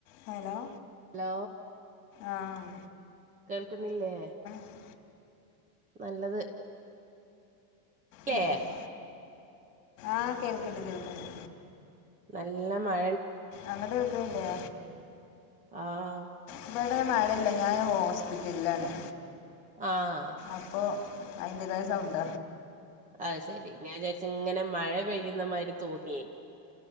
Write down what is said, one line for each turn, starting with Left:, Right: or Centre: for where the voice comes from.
Left: Hello.
Right: Hello
Left: ആഹ്
Right: കേൾക്കുന്നില്ലേ
Left: <unintelligible>
Right: നല്ലത്. ല്ലേ
Left: മ്മ് ആഹ് കേൾക്കണ്ട് കേൾക്കണ്ട്.
Right: നല്ല മഴ
Left: അങ്ങട്ട് വെക്കുന്നില്ലേ.
Right: ആഹ്.
Left: ഇവിടെ മഴല്ല. ഞാൻ ഹോസ്പിറ്റലിലാണ്.
Right: ആഹ്.
Left: അപ്പോ അയിന്റെതായ സൗണ്ട
Right: അത് സെരി. ഞാൻ വിചാരിച്ചിങ്ങനെ മഴ പെയ്യുന്ന മാതിരി തോന്നിയേ.